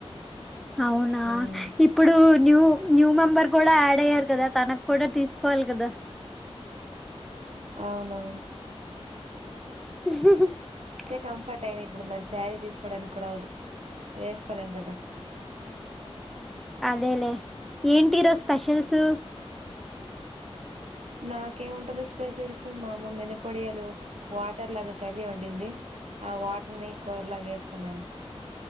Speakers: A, in the centre; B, on the right.
A: అవునా
B: ఉమ్
A: ఇప్పుడు న్యూ న్యూ మెంబర్ కూడా యాడ్ అయ్యారు కదా తనకు కూడా తీసుకోవాలి కదా
B: అవును
A: <unintelligible>
B: కంఫర్ట్ అయినా ఇప్పుడు మరి శారీ తీసుకోవడానికి కూడా అవదు వేసుకోలేం కదా
A: అదేలే ఏంటి ఈరోజు స్పెషల్సు
B: నాకేమింటది స్పెషల్స్ మా అమ్మ మినపొడియాలు వాటర్ లాగా కర్రీ వండింది ఆ వాటర్ ని కోరలాగ వేసుకున్నాను